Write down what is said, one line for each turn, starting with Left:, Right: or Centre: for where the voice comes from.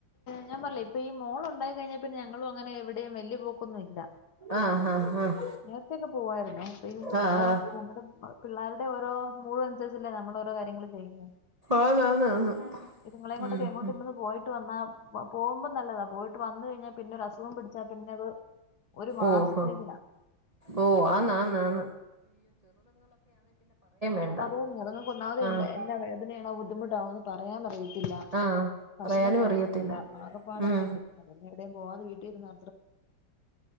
Left: ഞാൻ പറഞ്ഞില്ലേ ഇപ്പോ ഈ മോള് ഉണ്ടായി കഴിഞ്ഞാ പിന്നെ ഞങ്ങളും അങ്ങനെ എവിടെയും വലിയ പോക്കൊന്നുമില്ല
Right: ആഹ് ആഹ് ആഹ്
Left: നേരത്തെക്കെ പോവായിരുന്നേ ഇപ്പം ഈ നമ്മളും
Right: ആഹ്
Left: നമ്മുടെ മക്ക പിള്ളാരു രുടെ ഓരോ മൂട് അനുസരിച്ചല്ലേ നമ്മൾ ഓരോ കാര്യങ്ങള് ചെയ്യുന്നേ
Right: ആന്ന് ആന്ന് ആന്ന്
Left: ഇതുങ്ങളെകൊണ്ടൊക്കെ
Right: ഉം
Left: എങ്ങോട്ടെങ്കിലും
Right: ഉം
Left: പോയിട്ട് വന്നാ പോകുമ്പോൾ നല്ലതാ പോയിട്ട് വന്ന്‌ കഴിഞ്ഞ പിന്നെ ഒരസുഖം പിടിച്ചാ പിന്നെ അത് ഒരു മാസത്തേക്കിനാ
Right: ഓഹോ ഓ ആന്ന്‌ ആന്ന്‌ ആന്ന്‌ വേണ്ട
Left: അതെ അതെന്നെ അതങ്ങൾക്ക് ഒന്നാമത് എ
Right: ആഹ്
Left: എന്നാ വേദനയാണോ ബുദ്ധിമുട്ടാണോന്ന്‌ പറയാൻ അറിയി ത്തില്ല
Right: ആഹ്
Left: ഭക്ഷണം
Right: പറയാനും
Left: കഴിക്കത്തില്ല
Right: അറിയത്തില്ല
Left: ആകപ്പാടെ
Right: ഉം
Left: പിന്നെ പ്രശ്നമാ പിന്നെ എവിടേയും പോവാതെ വീട്ടിലിരുന്നാ